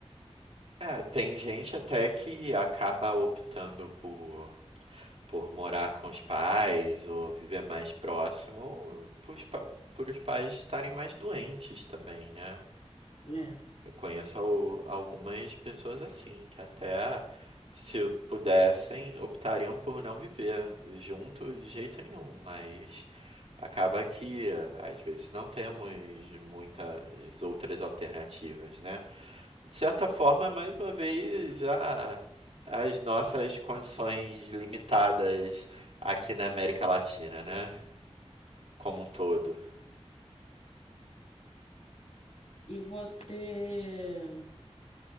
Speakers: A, on the right; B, on the left.
A: É, tem gente até que acaba optando por, por morar com os pais ou viver mais próximo, pros pa- por os pais estarem mais doentes também, né?
B: né?
A: Eu conheço al- algumas pessoas assim, que até se pudessem, optariam por não viver junto de jeito nenhum, mas acaba que às vezes não temos muitas outras alternativas, né? De certa forma, é mais uma vez, a, as nossas condições limitadas aqui na América Latina, né? Como um todo.
B: E você